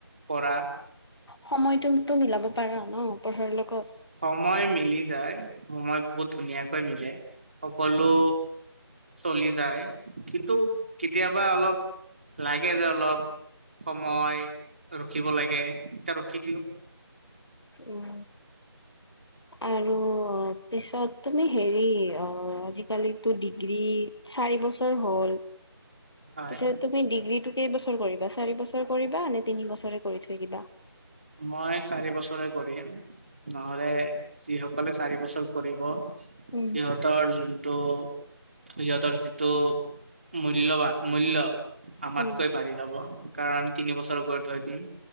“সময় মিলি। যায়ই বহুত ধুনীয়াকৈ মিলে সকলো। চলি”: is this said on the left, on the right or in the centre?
Right